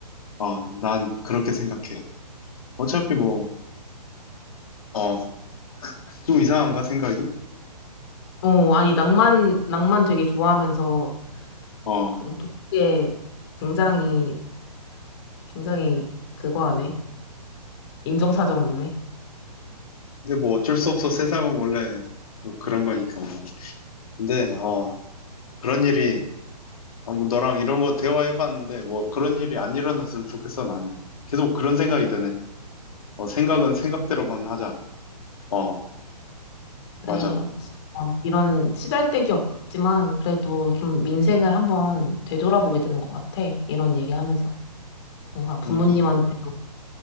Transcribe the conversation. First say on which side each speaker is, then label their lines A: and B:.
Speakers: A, on the left (about 60°); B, on the left (about 40°).
A: 어, 난 그렇게 생각해. 어차피 뭐, 어, 좀 이상한가 생각이?
B: 어, 아니, 낭만, 낭만 되게 좋아하면서,
A: 어,
B: 그, 독해 굉장히, 굉장히 그거 하네. 인정사정 없네.
A: 근데 뭐 어쩔 수 없어. 세상은 원래 뭐 그런 거니까 뭐. 근데, 어, 그런 일이, 아, 뭐 너랑 이런 거 대화해봤는데, 뭐 그런 일이 안 일어났으면 좋겠어, 나는. 계속 그런 생각이 드네. 어, 생각은 생각대로만 하자. 어,
B: 그래,
A: 맞아.
B: 어, 이런 시잘데기 없지만, 그래도 좀 민생을 한번 되돌아보게 되는 것 같아. 이런 얘기하면서. 뭔가 부모님한테도
A: 그러니까,